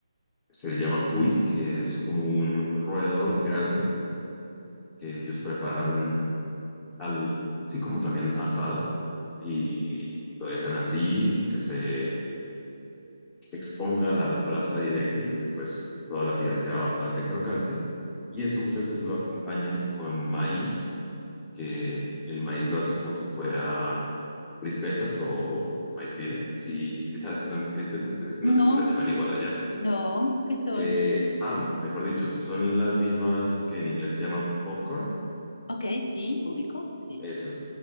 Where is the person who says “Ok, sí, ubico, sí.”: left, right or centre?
Left